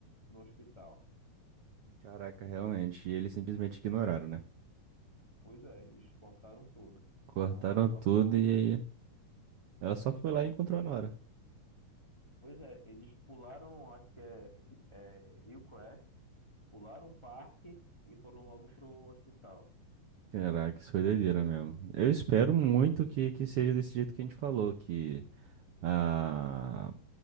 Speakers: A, on the left; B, on the right.
A: no hospital.
B: Caraca, realmente. E eles simplesmente ignoraram, né?
A: Pois é, eles cortaram tudo.
B: Cortaram
A: Então ela
B: tudo
A: pulou
B: e
A: de
B: aí. Ela só foi lá e encontrou a Nora.
A: Pois é, eles pularam, acho que é, é Hillcrest, pularam o parque e foram logo pro hospital.
B: Caraca, isso foi doideira
A: Pra,
B: mesmo. Eu espero muito que, que seja desse jeito que a gente falou, que a,